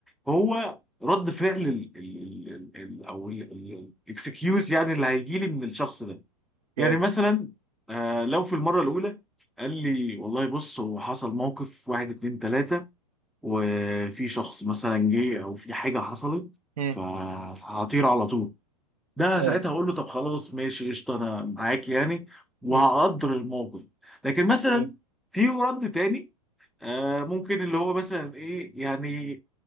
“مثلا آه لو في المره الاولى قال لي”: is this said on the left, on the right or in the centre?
Centre